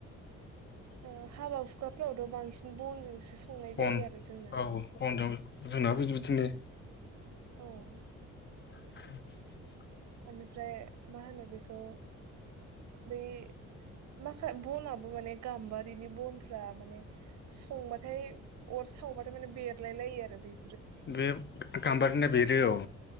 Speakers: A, on the right (about 65°); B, on the left (about 35°).
A: ओ हाबा हुखाफोरावथ बांसिन बनजोंसो संनाय
B: बन
A: जायो आरो जोंनाथ'
B: औ बनजों जोंनाबो बिदि-बिदिनो।
A: औ।
B: <inaudible>
A: ओनिफ्राय मा होनो बेखौ बै माखा बनाबो माने गाम्बारिनि बनफ्रा माने संबाथाय अर सावबाथाय माने बेरलाय लायो आरो बे।
B: बे गाम्बारिना बेरो औ।